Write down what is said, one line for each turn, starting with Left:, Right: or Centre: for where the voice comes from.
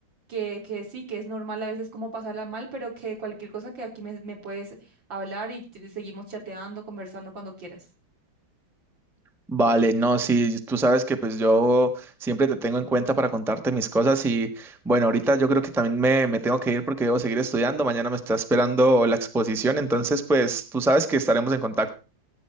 Right: Que, que sí, que es normal a veces como pasarla mal, pero que cualquier cosa que aquí me, me puedes hablar y te- seguimos chateando, conversando cuando quieras.
Centre: Vale, no, sí, tú sabes que pues yo siempre te tengo en cuenta para contarte mis cosas y bueno, ahorita yo creo que también me, me tengo que ir porque debo seguir estudiando, mañana me está esperando la exposición, entonces pues tú sabes que estaremos en contacto.